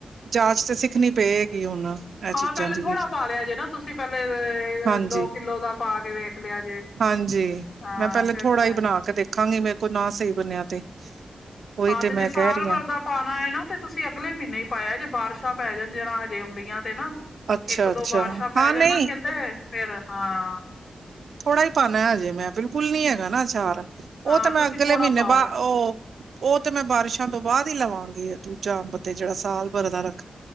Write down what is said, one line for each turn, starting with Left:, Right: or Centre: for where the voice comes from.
Right: ਜਾਂਚ ਤੇ ਸਿੱਖਣੀ ਪਏਗੀ ਹੁਣ। ਇਹ
Left: ਹਾਂ
Right: ਚੀਜ਼ਾਂ
Left: ਪਹਿਲੇ
Right: ਦੀ
Left: ਥੋੜ੍ਹਾ
Right: ਵੀ
Left: ਪਾ ਲਿਆ ਜੇ ਨਾ ਤੁਸੀਂ, ਪਹਿਲੇ ਏ-ਅ-ਏ
Right: ਹਾਂਜੀ
Left: ਦੋ ਕਿੱਲੋ ਦਾ ਪਾ ਕੇ ਵੇਖ ਲਿਆ ਜੇ।
Right: ਹਾਂਜੀ,
Left: ਹਾਂ
Right: ਮੈਂ ਪਹਿਲੇ
Left: ਫੇਰ
Right: ਥੋੜ੍ਹਾ
Left: ਤੇ
Right: ਹੀ ਬਣਾ ਕੇ ਦੇਖਾਂਗੀ। ਮੇ ਕੋ ਨਾ ਸਹੀ ਬਣਿਆ ਤੇ। ਉਹੀ
Left: ਹਾਂ ਤੇ ਜੇ
Right: ਮੈਂ ਕਹਿ
Left: ਸਾਲ
Right: ਰਹੀ
Left: ਵਰ
Right: ਹਾਂ
Left: ਦਾ ਪਾਣਾ ਐ ਨਾ ਤੇ ਤੁਸੀਂ ਅਗਲੇ ਹੀ ਪਾਇਆ ਜੇ ਬਾਰਸ਼ਾਂ ਪੈ ਜਣ ਜਰਾਂ ਹਜੇ ਅੰਬੀਆਂ ਤੇ ਨਾ।
Right: ਅੱਛਾ
Left: ਇੱਕ
Right: ਅੱਛਾ
Left: ਦੋ ਬਾਰਸ਼ਾਂ ਪੈ
Right: ਹਾਂ
Left: ਜਾਣ
Right: ਨਹੀਂ
Left: ਨਾ ਕਹਿੰਦੇ, ਫੇਰ ਹਾਂ।
Right: ਥੋੜ੍ਹਾ ਹੀ ਪਾਣਾ ਹਜੇ ਮੈਂ, ਬਿਲਕੁਲ ਨੀ ਹੈਗਾ ਨਾ ਆਚਾਰ। ਉਹ
Left: ਹਾਂ
Right: ਤੇ ਮੈਂ
Left: ਤੁਸੀਂ
Right: ਅਗਲੇ
Left: ਥੋੜਾ
Right: ਮਹੀਨੇ
Left: ਪਾਓ
Right: ਬਾ-ਓਹ, ਓਹ ਤੇ ਮੈਂ ਬਾਰਿਸ਼ਾਂ ਤੋਂ ਬਾਦ ਹੀ ਲਵਾਂਗੇ, ਦੂਜਾ ਅੰਬ ਤੇ ਜਿਹੜਾ ਸਾਲ ਭਰ ਦਾ ਰੱਖ